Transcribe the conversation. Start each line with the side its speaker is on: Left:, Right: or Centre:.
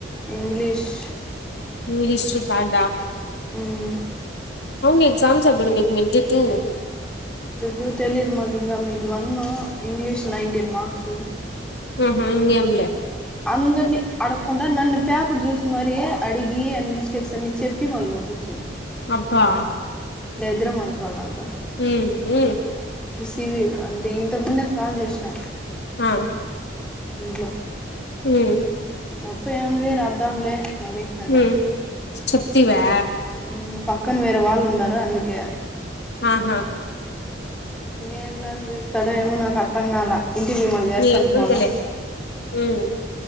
Centre: ఇంగ్లిష్
Left: ఇంగ్లీష్ రికార్డా
Centre: ఉమ్మ్
Left: అవును ఎగ్జామ్స్ ఎప్పుడు మీకు మిడ్ టూ
Centre: డ్ టూ తెలీదు మాకు ఇంకా mid one English nineteen marks
Left: ఊహూ ఇంగేం లే
Centre: అందరినీ అడకుండా నన్ను పేపర్ చూసి మరీ అడిగి అన్ని మిస్టేక్స్ అన్ని చెప్ ప్పి మళ్ళ పంపిచ్చాను
Left: అబ్బా
Centre: ఇద్దరం అనుకోవాల్నా
Left: మ్మ్ మ్మ్
Centre: తివ్యూ అంతే ఇంతకు ముందే కాల్ చేసిన
Left: ఆ
Centre: ఇంట్లో
Left: మ్మ్
Centre: అప్పు ఏముంది రాద్దాములే మళ్లీ హన్నా
Left: ఉమ్ చెప్తివా
Centre: మ్ పక్కన వేరే వాళ్ళు ఉండారు అందుకే
Left: ఆహా
Centre: ఏం క్లాస్ పీగుతాడో ఏమో నాకర్థం కాలా ఇంటికి పోయి మళ్ళ చేస్తాను
Left: ఏముందిలే
Centre: ఫొను
Left: ఉమ్